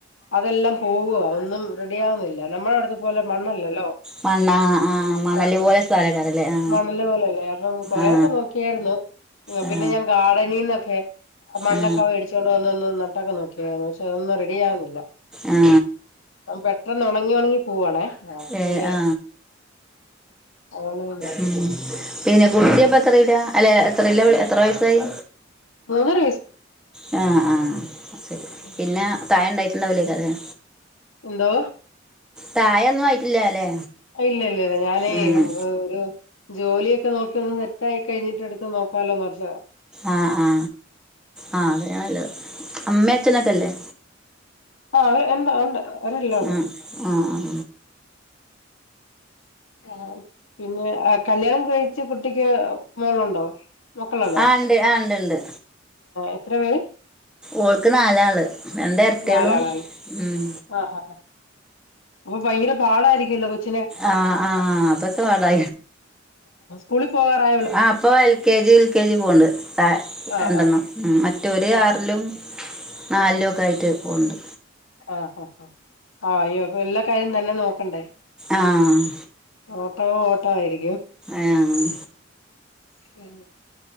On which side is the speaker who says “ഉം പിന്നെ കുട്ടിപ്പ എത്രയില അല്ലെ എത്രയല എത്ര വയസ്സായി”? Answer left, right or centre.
Centre